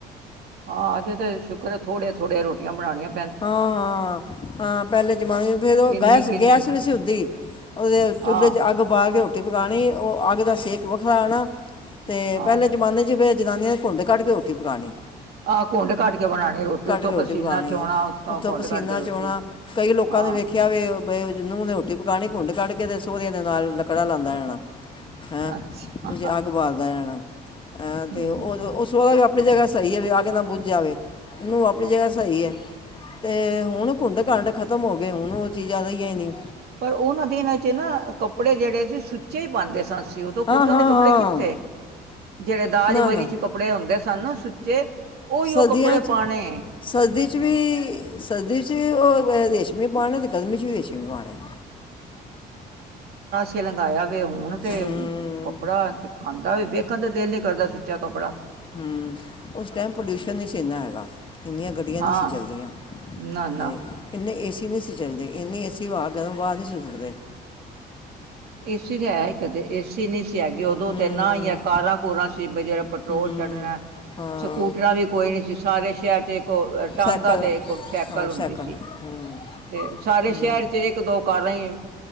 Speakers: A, on the right; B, on the left.
A: ਹਾਂ ਅਜੇ ਤੇ ਸ਼ੁਕਰ ਥੋੜੇ ਥੋੜ੍ਹੇ ਰੋਟੀਆਂ ਬਣਾਣੀਆਂ।
B: ਹਾਂ-ਹਾਂ-ਹਾਂ, ਪਹਿਲੇ ਜਮਾਨ ਫੇਰ ਉਹ
A: ਕਿੰਨੀ
B: ਗੈਸ
A: ਕਿੰਨੀ
B: ਗੈਸ ਨ ਸੀ ਹੁੰਦੀ ਉਹਦੇ
A: ਹਾਂ
B: ਚੁੱਲ੍ਹੇ ਚ ਅੱਗ ਬਾਲ ਰੋਟੀ ਪਕਾਣੀ ਉਹ ਅੱਗ ਦਾ ਸੇਕ ਵੱਖਰਾ ਆਣਾ ਤੇ
A: ਹਾਂ
B: ਪਹਿਲੇ ਜਮਾਨੇ ਚ ਜਨਾਨੀਆਂ ਨੇ ਘੁੰਡ ਕੱਢ ਕੇ ਰੋਟੀ ਪਕਾਣੀ।
A: ਆਹ ਕੁੰਡ ਕੱਢ ਕੇ ਬਣਾਣੀ ਰੋਟੀ, ਉੱਤੋਂ
B: ਕੇ
A: ਪਸੀਨਾ
B: ਪਕਾਣੀ
A: ਚੋਣਾ।
B: ਹੈ
A: ਉੱਤੋਂ
B: ਉੱਥੋਂ
A: ਘੁੰਡ
B: ਪਸੀਨਾ
A: ਕੱਢ ਕੇ ਰੋਟੀ
B: ਚੋਣਾ, ਕਈ ਲੋਕਾਂ
A: ਹਾਂ
B: ਨੇ ਵੇਖਿਆ ਵੇ। ਬ ਨੂੰਹ ਨੇ ਰੋਟੀ ਪਕਾਉਣੀ ਕੁੰਡ ਕੱਢ ਕੇ ਤੇ ਸੋਹਰਿਆਂ ਦੇ ਨਾਲ ਲੱਕੜਾ ਲਾਦਾ ਰਹਿਣਾ। ਹੈਂ
A: ਅੱਛਾ
B: ਵਿੱਚ ਅੱਗ ਬਾਲਦਾ ਰੇਣਾ
A: ਹਮ
B: ਤੇ ਉਹ ਸੋਹਰਾ ਵੀ ਆਪਣੀ ਜਗ੍ਹਾ ਸਹੀ ਐ, ਅੱਗ ਕੇ ਨਾ ਬੁੱਝ ਜਾਵੇ, ਨੂੰਹ ਆਪਣੀ ਜਗ੍ਹਾ ਸਹੀ ਐ। ਤੇ ਹੁਣ ਕੁੰਡ ਕਡ ਖਤਮ ਹੋ ਗਏ, ਹੁਣ ਉਹ ਚੀਜ਼ਾਂ ਰਹੀਆਂ ਹੀ ਨੀ।
A: ਪਰ ਉਹਨਾਂ ਦਿਨਾਂ ਚ ਨਾ ਕੱਪੜੇ ਜਿਹੜੇ ਸੀ ਸੁੱਚੇ ਹੀ ਪਾਦੇ ਸਾਂ। ਸੀਂ ਉਦੋਂ ਕੋਟਣ
B: ਹਾਂ ਹਾਂ
A: ਦੇ ਕੱਪੜੇ
B: ਹਾਂ
A: ਕਿੱਥੇ ਜਿਹੜੇ ਦਾਜ
B: ਨਾ
A: ਵਰੀ
B: ਨਾ
A: ਚ ਕੱਪੜੇ ਹੁੰਦੇ ਸਾਨੂੰ ਸੁੱਚੇ ਉਹੀ
B: ਸਰਦੀਆਂ
A: ਉਹ ਕੱਪੜੇ
B: 'ਚ
A: ਪਾਣੇ
B: ਸਰਦੀ 'ਚ ਵੀ ਸਰਦੀ 'ਚ ਵੀ ਉਹ ਰੇਸ਼ਮੀ ਪਾਣੇ ਅਤੇ ਗਰਮੀ ਚ ਵੀ ਰੇਸ਼ਮੀ ਪਾਣੇ
A: ਉੱਚੇ ਲੰਗਾਇਆ ਵੇ, ਹੁਣ ਤੇ
B: ਹੂੰ
A: ਕੱਪੜਾ ਤੇ ਖਾਂਦਾ ਵੀ ਵੇਖਣ ਤੇ ਦਿਲ ਨੀ ਕਰਦਾ ਸੁੱਚਾ ਕੱਪੜਾ।
B: ਹਮ, ਉਸ ਟਾਈਮ ਪੋਲਿਊਸ਼ਨ ਨਹੀਂ ਸੀ ਇੰਨਾ ਹੈਗਾ, ਇੰਨੀਆਂ ਗੱਡੀਆਂ
A: ਹਾਂ
B: ਨਹੀਂ ਸੀ ਚੱਲਦੀਆਂ।
A: ਨਾ ਨਾ
B: ਤੇ ਇਨੇ ਏਸੀ ਨਹੀਂ ਸੀ ਚੱਲਦੇ, ਇਨੇ ਏਸੀ ਵਾ ਗਰਮ ਹਵਾ ਨਹੀਂ ਸੀ ਸੁਟਦੇ।
A: ਏਸੀ ਤਾਂ ਹੈ ਕਦੇ ਏਸੀ ਨੀ ਸੀ ਹੈਗੀ, ਉਦੋਂ
B: ਹੂੰ
A: ਤੇ ਨਾ ਹੀ ਹੈ, ਕਾਰਾਂ ਕੂਰਾ ਸੀ ਜਿਹੜਾ ਪੈਟਰੋਲ
B: ਹੂੰ
A: ਛੱਡਣਾ,
B: ਹਾਂ
A: ਸਕੂਟਰਾਂ ਵੀ ਕੋਈ ਨੀ ਸੀ ਸਾਰੇ ਸ਼ਹਿਰ ਚ ਟਾਂਗਾ
B: ਸਾਈਕਲ
A: ਤੇ ਇੱਕ ਸੈਕਲ
B: ਹਾਂ
A: ਹੁੰਦੀ
B: ਸਾਈਕਲ
A: ਸੀ।
B: ਹੂੰ
A: ਤੇ ਸਾਰੇ ਸ਼ਹਿਰ
B: ਹੂੰ,
A: ਚ ਇੱਕ ਦੋ ਕਾਰਾਂ ਹੀ